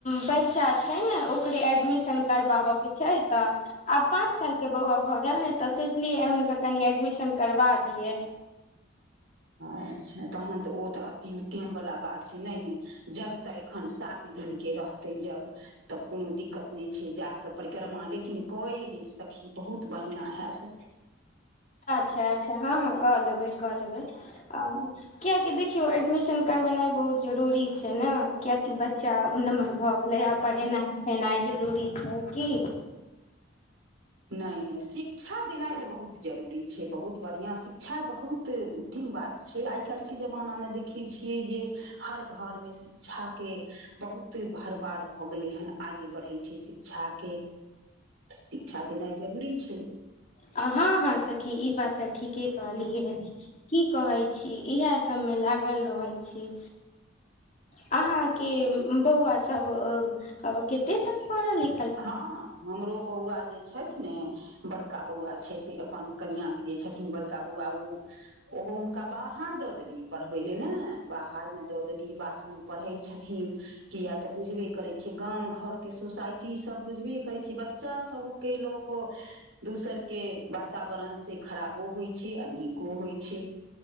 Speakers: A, on the left; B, on the right.
A: बच्चा छै ने ओकरे एडमिशन करबाब के छै तऽ आब पाँच साल के बौआ भऽ गेल ने तऽ सोचलियै हुनके कनि एडमिशन करबा दिये
B: अच्छा तहन तऽ ओ तऽ अति उत्तम वाला बात छै नहि नहि जग त एखन सात दिन के रहते जग त कोनो दिक्कत नहि छै जा क परिक्रमा लेकिन कए लेब सखी बहुत बढिया हैत
A: अच्छा अच्छा हँ क लेबै क लेबै अ कियकि देखियौ एडमिशन करबेनाइ बहुत जरूरी छै ने कियकि बच चा नमहर भ गेलैए पढ़ेनाई लिखेनाइ जरूरी छै की
B: नहि नहि शिक्षा देनाइ त बहुत जरूरी छै बहुत बढ़िआँ शिक्षा बहुत उत्तिम बात छै आइ काल्हि के जमानामे देखे छियै जे हर घरमे शिक्षा के बहुत भरपार भ गेलैहन आगे बढ़े छै शिक्षा के शिक्षा देनाई जरूरी छै
A: हँ हँ सखी ई बात त ठीके कहलिय की कहे छी इएह सभ मे लागल रहल छी अहा के बौआ सब कते तक पढ़ल अय
B: हँ हँ हमरो बौआ जे छथि ने बड़का बौआ छथि अपन कनियां के जे छथिन बड़ त बौआ उ ओहो हुनका बाहर द देलियै पढ़बै लए ने बाहरमे द देलिय बाहरमे पढ़ै छथिन किया त बुझबे करे छिये गाम घर के सोसाइ टी सब बुझबे करै छी बच्चा सब के ल क दोसरके वातावरण से खराबो होइ छै अ नीको होइ छै